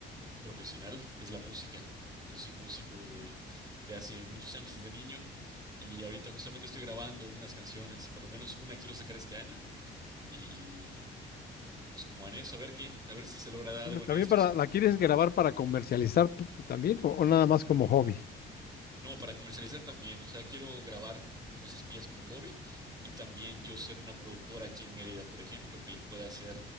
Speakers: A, on the right; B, on the left.
A: profesional es la música. Yo soy músico de, de hace muchos años, desde niño. Y ahorita justamente estoy grabando unas canciones, por lo menos una quiero sacar este año. Y pues como en eso, a ver qué, a ver si se logra dar
B: Bueno,
A: algo en
B: también
A: esto.
B: para,
A: si no,
B: ¿la quieres
A: pues,
B: grabar para comercializar p- también o, o nada más como hobby?
A: no, para comercializar también, o sea, quiero grabar cosas mías como hobby y también yo ser una productora aquí en Mérida, por ejemplo, que le pueda hacer